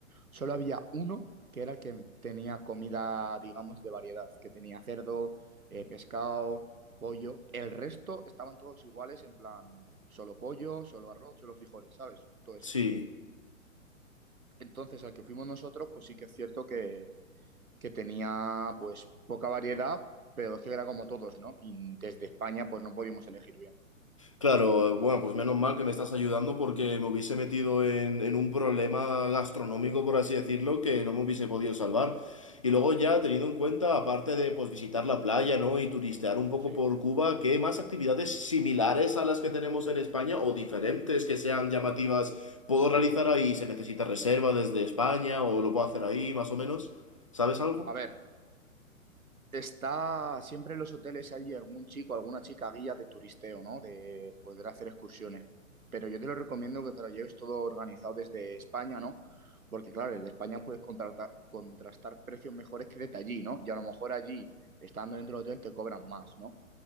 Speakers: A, on the right; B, on the left.
A: Solo había uno que era el que tenía comida, digamos, de variedad, que tenía cerdo, eh, pescado, pollo. El resto estaban todos iguales, en plan, solo pollo, solo arroz, solo frijoles, ¿sabes? Todo eso.
B: sí.
A: Entonces, al que fuimos nosotros, pues sí que es cierto que, que tenía, pues, poca variedad, pero es que era como todos, ¿no? Y desde España, pues no podíamos elegir bien.
B: Claro, bueno, pues menos mal que me estás ayudando porque me hubiese metido en, en un problema gastronómico, por así decirlo, que no me hubiese podido salvar. Y luego ya teniendo en cuenta, aparte de pues visitar la playa, ¿no? Y turistear un poco
A: Sí.
B: por Cuba, ¿qué más actividades similares a las que tenemos en España o diferentes que sean llamativas puedo realizar ahí? ¿Se necesita reserva desde España o lo puedo
A: Buah.
B: hacer ahí, más o menos? ¿Sabes algo?
A: A ver. Está siempre en los hoteles hay algún chico, alguna chica guía de turisteo, ¿no? De poder hacer excursiones. Pero yo te lo recomiendo que te lo lleves todo organizado desde España, ¿no? Porque claro, desde España puedes contratar, contrastar precios mejores que desde allí, ¿no? Y a lo mejor allí, estando dentro del hotel, te cobran más, ¿no?